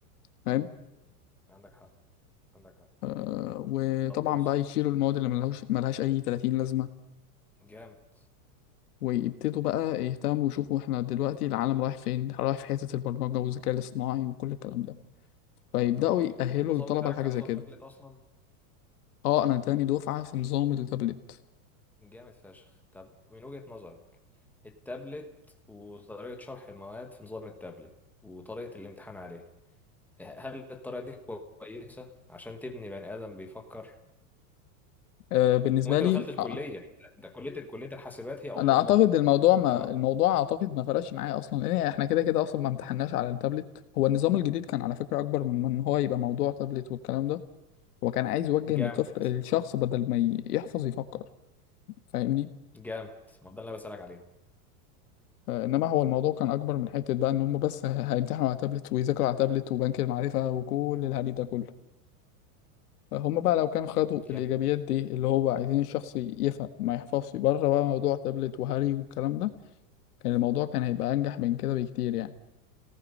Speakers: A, on the left; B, in the centre.
A: فاهم؟
B: مم. عندك حق عندك حق
A: آه وطبعا
B: طب بص
A: بقى يشيلوا المواد اللي ملهوش ملهاش أي 30 لازمة
B: جامد
A: ويبتدوا بقى يهتموا يشوفوا إحنا دلوقتي العالم رايح فين؟ رايح في حتة البرمجة والذكاء الاصطناعي وكل الكلام ده فيبدأوا
B: طب بقول
A: يأهلوا
B: لك انت النظام
A: الطلبة
B: بتاعك
A: لحاجة
B: كان
A: زي
B: نظام
A: كده
B: تابلت اصلا
A: أه أنا تاني دفعة في نظام التابلت
B: جامد فشخ طب من وجهة نظرك التابلت وطريقة شرح المواد في نظام التابلت وطريقة الامتحان عليه هل الطريقة دي كويسة عشان تبني بني آدم بيفكر
A: آه، بالنسبه
B: وانت
A: لي
B: دخلت الكليه
A: آه.
B: ده كليه كليه الحاسبات هي ام
A: انا اعتقد
B: المنطق
A: الموضوع ما
B: تمام
A: الموضوع اعتقد ما فرقش معايا اصلا لان احنا كده كده اصلا ما امتحناش على التابلت هو النظام الجديد كان على فكره اكبر من ان هو يبقى موضوع تابلت والكلام ده هو كان عايز يوجه
B: جامد
A: ان الطفل الشخص بدل ما ي- يحفظ يفكر فاهمني
B: جامد ما ده اللي انا بسالك عليه
A: آه، انما هو الموضوع كان اكبر من حته بقى ان هم بس ه- هيمتحنوا على تابلت ويذاكروا على تابلت وبنك المعرفه وكل الهري ده كله آه، هم بقى لو كانوا خدوا
B: جامد
A: الايجابيات
B: جدا
A: دي اللي هو عايزين الشخص يفهم ما يحفظش بره بقى موضوع تابلت وهري والكلام ده كان الموضوع كان هيبقى انجح من كده بكتير يعني